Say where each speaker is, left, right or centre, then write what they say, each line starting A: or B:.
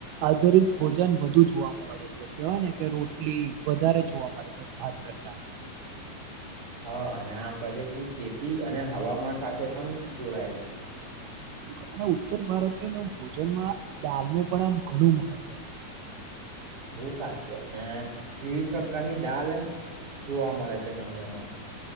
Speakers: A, on the right; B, on the right.
A: આધારિત ભોજન વધુ જોવા મળે છે કેવાય ને કે રોટલી વધારે જોવા મળે છે ભાત કરતા
B: હા અને આ પ્રદેશની ખેતી અને હવામાં સાથે પણ જોડાયેલ છે.
A: બિલકુલ અને ઉત્તર ભારતીય ન ભોજનમાં દાલનું પણ આમ ઘણું મહત્વ છે.
B: બહુ સાચી વાત ને વિવિધ કક્કાની ડાલ જોવા મળે છે તમને એમાં